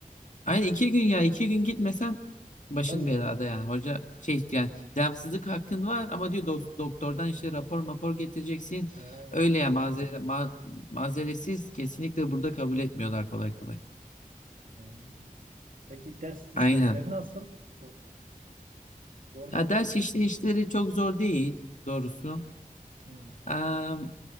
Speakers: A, on the left; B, on the right.
A: Aynı iki gün ya iki gün gitmesen başın
B: Kalıyor.
A: belada yani hoca şey yani devamsızlık hakkın var ama diyor dok- doktordan işte rapor mapor getireceksin.
B: Ha.
A: Öyle ya mazere, ma- mazeretsiz kesinlikle burada kabul etmiyorlar kolay kolay.
B: Hı. Peki ders işleyişleri
A: Aynen.
B: nasıl? Çok zor
A: Ya
B: mu
A: ders
B: yoksa?
A: işleyişleri çok zor değil doğrusu.
B: Hı.
A: Eee